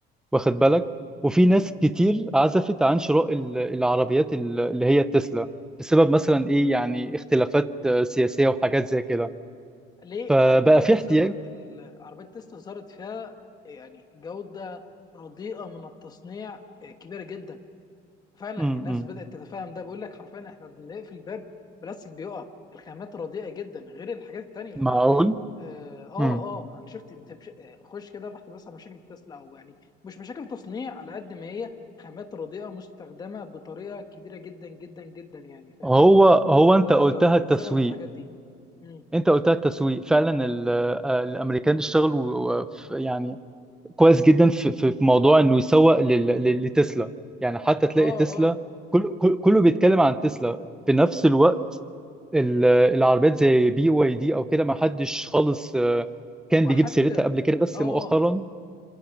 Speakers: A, in the centre; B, on the left.
A: واخد
B: مم.
A: بالك وفي ناس كتير عزفت عن شراء ال- العربيات ال- اللي هي التسلا بسبب مثلا ايه يعني اختلافات آه، سياسية وحاجات زي كده
B: ليه
A: فبقى
B: على فكره
A: في
B: السايبر
A: احتياج
B: عربيه تسلا ظهرت فيها يعني جوده رديئه من التصنيع آه، كبيره جدا فعلا
A: امم
B: الناس بدأت تتفاهم ده بيقول لك حرفيا احنا بنقفل الباب بلاستيك بيقع الخامات رديئة جدا غير الحاجات التانية
A: معقول
B: لا اه اه
A: امم
B: آه، انا شفت انت بش... آه، خش كده بحث بس عن مشاكل تسلا او يعني مش مشاكل تصنيع على قد ما هي خامات رديئة مستخدمة بطريقة كبيرة جدا جدا جدا يعني فاهمني
A: هو هو
B: فده
A: انت قلتها
B: كان
A: التسويق
B: سبب في الحاجات دي امم
A: انت قلتها التسويق فعلا ال- آه، الامريكان اشتغلوا آه، ف- يعني كويس جدا في في في موضوع انه يسوق لل- لل- لتسلا يعني حتى تلاقي
B: اه
A: تسلا
B: اه
A: كل كل- كله بيتكلم عن تسلا في نفس الوقت ال- العربيات زي بي واي دي او كده ما حدش خالص آه، كان
B: وحتى
A: بيجيب سيرتها قبل كده بس
B: اه
A: مؤخرا
B: آه،